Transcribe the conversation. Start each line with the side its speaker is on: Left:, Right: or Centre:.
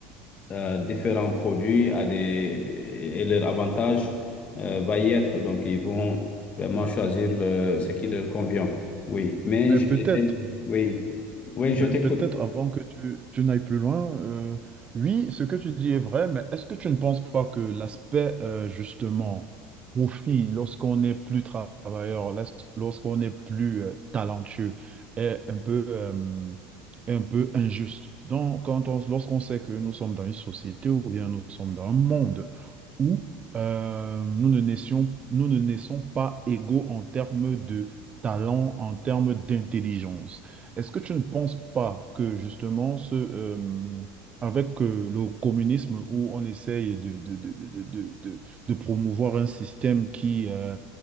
Left: euh, différents produits à des, et leur avantage euh, va y être. Donc, ils vont vraiment choisir le, ce qui leur convient. Oui, mais
Right: Mais
Left: j'ai-
Right: peut-être
Left: j'ai- oui, oui, je
Right: Mais
Left: t'écoute.
Right: peut-être avant que tu, tu n'ailles plus loin, euh, oui, ce que tu dis est vrai, mais est-ce que tu ne penses pas que l'aspect euh, justement profit, lorsqu'on n'est plus travailleur, lors- lorsqu'on n'est plus euh, talentueux, est un peu, euh, est un peu injuste? Donc, quand on, lorsqu'on sait que nous sommes dans une société ou bien nous sommes dans un monde où euh, nous ne naissions, nous ne naissons pas égaux en termes de talent, en termes d'intelligence. Est-ce que tu ne penses pas que justement, ce, euh, avec euh, le communisme où on essaye de, de, de, de, de, de- de promouvoir un système qui euh,